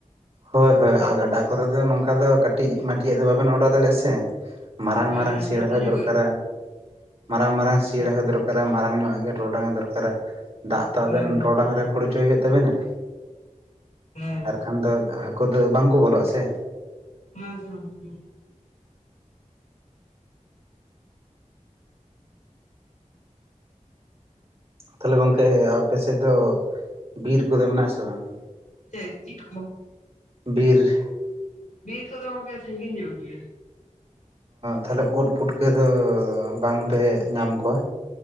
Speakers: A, on the right; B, on the left.
A: ᱦᱳᱭ ᱦᱳᱭ ᱟᱨ ᱜᱟᱰᱟ ᱠᱚᱨᱮ ᱫᱚ ᱱᱚᱝᱠᱟ ᱫᱚ ᱠᱟᱹᱴᱤᱡ ᱢᱟᱴᱤᱭᱟᱹ ᱫᱚ ᱵᱟᱵᱮᱱ ᱚᱰᱟᱨ ᱫᱟᱲᱮᱭᱟᱜᱼᱟ ᱥᱮ ᱢᱟᱨᱟᱝ
B: ᱦᱮᱸ
A: ᱢᱟᱨᱟᱝ ᱥᱮᱬᱦᱟ
B: ᱞᱟᱹᱴᱩ ᱧᱚᱜᱟᱜ
A: ᱫᱚᱨᱠᱟᱨᱟ ᱢᱟᱨᱟᱝ ᱢᱟᱨᱟᱝ ᱥᱤᱨᱦᱟ
B: ᱦᱮᱸ
A: ᱫᱚᱨᱠᱟᱨᱟ ᱢᱟᱨᱟᱝ ᱧᱚᱜ ᱜᱮ ᱴᱚᱨᱚᱰᱟᱝ ᱫᱚᱨᱠᱟᱨᱟ ᱫᱟᱜ ᱛᱚ ᱟᱵᱮᱱ
B: ᱦᱮᱸ
A: ᱴᱚᱨᱚᱰᱟᱝ ᱨᱮ ᱠᱷᱳᱲᱪᱚᱭ ᱦᱩᱭᱩᱜ ᱛᱟᱵᱮᱱᱟ
B: ᱦᱮᱸ
A: ᱟᱨᱠᱷᱟᱱ ᱫᱚ ᱦᱟᱹᱠᱩ ᱫᱚ ᱵᱟᱝᱠᱚ ᱵᱚᱞᱚᱜᱼᱟ ᱥᱮ
B: ᱦᱮᱸ ᱟᱪᱷᱟ ᱜᱚᱢᱠᱮ
A: ᱛᱟᱦᱞᱮ ᱜᱚᱝᱠᱮ ᱟᱯᱮ ᱥᱮᱫ ᱫᱚ ᱵᱤᱨ ᱠᱚᱫᱚ ᱢᱮᱱᱟᱜ ᱟᱥᱮ ᱵᱟᱝ
B: ᱦᱮᱸ ᱤᱴ ᱠᱚ
A: ᱵᱤᱨ
B: ᱵᱤᱨ ᱠᱚᱫᱚ ᱜᱚᱢᱠᱮ ᱥᱟᱹᱜᱤᱧ ᱧᱚᱜ ᱜᱮᱭᱟ
A: ᱛᱟᱦᱞᱮ ᱩᱫ ᱯᱩᱴᱠᱟᱹ ᱫᱚ ᱵᱟᱝ ᱯᱮ ᱧᱟᱢ ᱠᱚᱣᱟ